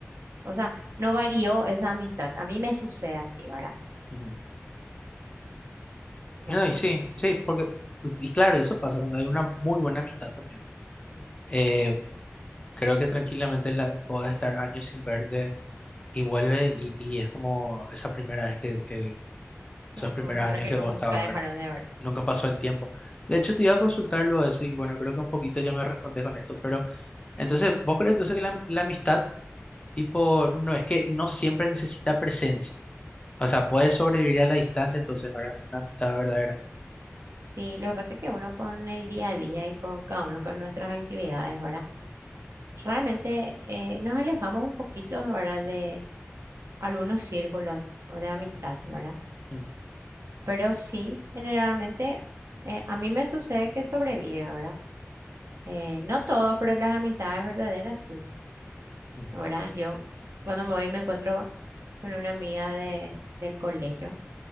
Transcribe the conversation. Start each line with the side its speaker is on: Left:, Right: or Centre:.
Right: O sea, no varió esa amistad. A mí me sucede así, ¿verdad?
Left: ujú. No,
Right: No sé.
Left: y sí, sí, porque, y claro, eso pasa cuando hay una muy buena amistad también.
Right: Ujú.
Left: Eh, creo que tranquilamente la, podés estar años sin verte y vuelve y, y es como esa primera vez que, que
Right: Sí,
Left: esos primeros
Right: como si
Left: años
Right: fuera que
Left: que
Right: nunca
Left: vos estabas,
Right: dejaron
Left: ¿verdad?
Right: de verse.
Left: Nunca pasó
Right: Sí.
Left: el tiempo. De hecho, te iba a consultarlo eso y bueno, creo que un poquito ya me respondes con esto, pero entonces, ¿vos crees entonces que la, la amistad, tipo, no es que no siempre necesita presencia? O sea, puede sobrevivir a la distancia entonces, ¿verdad? Una amistad verdadera.
Right: Sí, lo que pasa es que uno con el día a día y con cada uno con nuestras actividades, ¿verdad? Realmente eh, nos alejamos un poquito, ¿verdad? De algunos círculos o de amistad, ¿verdad?
Left: Mm,
Right: Pero sí, generalmente eh, a mí me sucede que sobrevive, ¿verdad? Eh, no todo, pero las amistades verdaderas sí,
Left: ujú.
Right: ¿verdad? Yo cuando me voy me encuentro con una amiga de, del colegio.